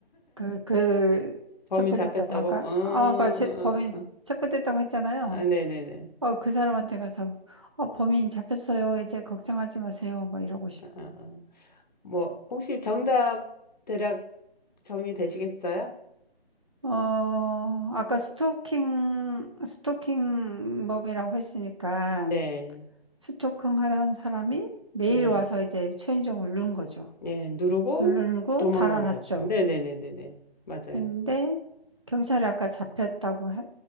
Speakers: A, on the right; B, on the left.
A: 그, 그,
B: 범인
A: 체포됐다고,
B: 잡혔다고?
A: 아까,
B: 어, 어,
A: 아, 아까 제, 범인
B: 어.
A: 체포됐다고 했잖아요.
B: 아, 네네네.
A: 어, 그 사람한테 가서, 어, 범인 잡혔어요. 이제 걱정하지 마세요. 막 이러고 싶.
B: 아, 아, 아. 뭐, 혹시 정답 대략 정리되시겠어요?
A: 어, 아까 스토킹, 스토킹범이라고 했으니까,
B: 네,
A: 스토킹 하던 사람이 매일
B: 네,
A: 와서 이제 최은정을 누른 거죠.
B: 네. 누르고
A: 누르고
B: 도망간
A: 달아났죠.
B: 것. 네네네네네. 맞아요.
A: 근데, 경찰이 아까 잡혔다고 해-